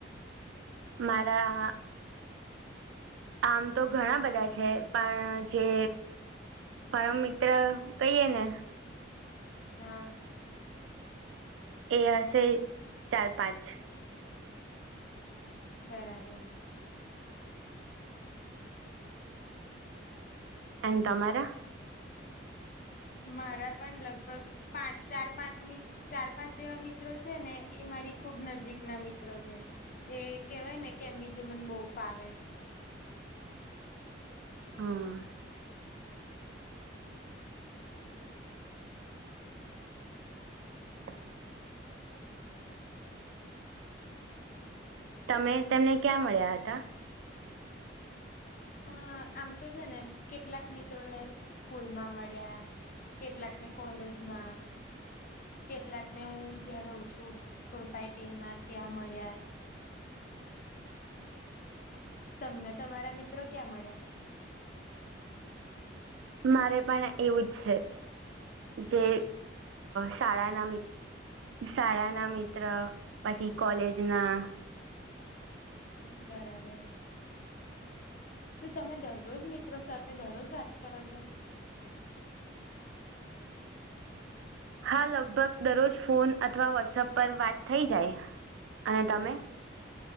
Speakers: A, on the right; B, on the left.
A: મારા. આમ તો ઘણા બધા છે પણ જે. પરમ મિત્ર કઈએ ને.
B: હા.
A: એ હશે ચાર પાંચ.
B: બરાબર. <unintelligible>
A: એન તમા તમારા.
B: મારા પણ લગભગ પાંચ ચાર પાંચ ની. ચાર પાંચ જેવા મિત્રો છે ને એ મારી ખુબ નજીક ના મિત્રો છે. કે કહેવાય ને કે એમની જમન બહુ ફાવેે.
A: હમ. <unintelligible> તમે તેમને ક્યાં મળ્યા હતા.
B: અ આમ તો છે ને કેટલાક મિત્રોને સ્કૂલ માં મળ્યા. કેટલાક ને કોલેજમાં. કેટલાક ને હું જ્યાં રહું છું સોસાયટીમાં ત્યાં મળ્યા. તમને તમારા મિત્રો ક્યાં મળ્યા.
A: મારે પણ એવું જ છે જે શાળાના મિત. શાળા ના મિત્ર પછી કોલેજ ના.
B: બરાબર. શું તમે દરરોજ મિત્રો સાથે દરરોજ વાત કરો છો.
A: હા લગભગ દરરોજ ફોન અથવા વોટ્સઅપ પર વાત થઈ જાય અને તમે.